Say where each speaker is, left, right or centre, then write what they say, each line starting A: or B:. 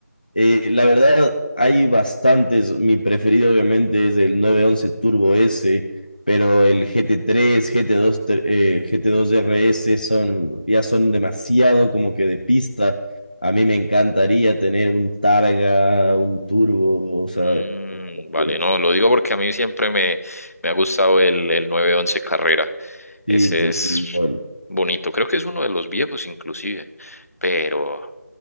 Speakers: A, on the left; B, on the left.
A: Eh, la verdad, hay bastantes. Mi preferido, obviamente, es el nueve once Turbo S, pero el GT3, GT2, ter- eh, GT2 RS son, ya son demasiado como que de pista. A mí me encantaría tener un Targa, un Turbo, o sea,
B: Mm,
A: una locura.
B: vale, no, lo digo porque a mí siempre me, me ha gustado el, el nueve once Carrera.
A: Sí,
B: Ese
A: eso
B: es
A: sí, igual.
B: bonito, creo que es uno de los viejos inclusive, pero oh,